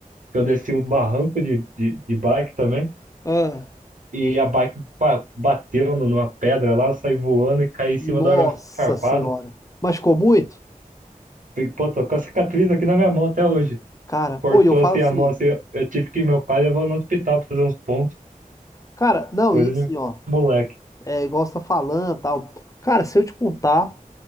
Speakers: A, on the right (about 65°); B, on the left (about 25°).
A: que eu desci um barranco de, de, de bike também,
B: Ah,
A: e a bike ba- bateu no- numa pedra lá, eu saí voando e caí em
B: nossa
A: cima do arame farpado.
B: senhora. Machucou muito?
A: Fiquei, Pô, tô com a cicatriz aqui na minha mão até hoje.
B: Cara,
A: Cortou
B: oi, eu falo
A: assim
B: assim.
A: a mão, assim, eu, eu tive que ir meu pai levou no hospital pra fazer uns pontos,
B: Cara, não,
A: coisa
B: e assim,
A: de
B: ó.
A: moleque.
B: É igual você tá falando, tal. Cara, se eu te contar.